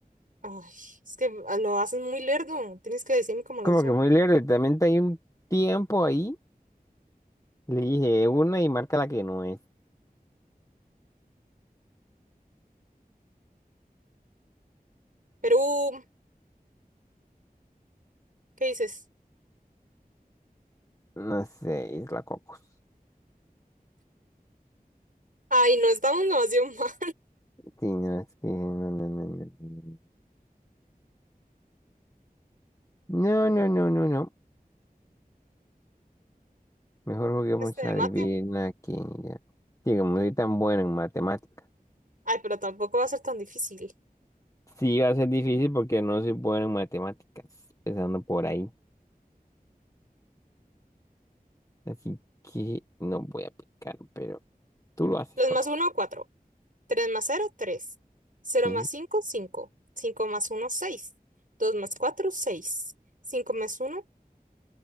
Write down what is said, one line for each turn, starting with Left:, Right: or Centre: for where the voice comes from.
Right: Ay, es que lo hacen muy lerdo. Tienes que decirme cómo las
Left: Como
Right: ya.
Left: que muy lejos, también hay un tiempo ahí. Le dije una y marca la que no es.
Right: Perú. ¿Qué dices?
Left: No sé, Isla Cocos.
Right: Ay, no estamos demasiado mal.
Left: Sí, no, es que no, no, no, no, no, no, no, no, no, no. no. Mejor
Right: <laughs>
Left: juguemos
Right: Este de
Left: a adivinar
Right: mate.
Left: quién y ya. Sí, como soy tan bueno en matemáticas.
Right: Ay, pero tampoco va a ser tan difícil.
Left: Sí, va a ser difícil porque no soy bueno en matemáticas, empezando por ahí. Así que no voy a picar, pero tú lo haces
Right: Los
Left: todo.
Right: más uno, cuatro. Tres más cero, tres. Cero
Left: ¿Qué?
Right: más cinco, cinco. Cinco más uno, seis. Dos más cuatro, seis. Cinco más uno.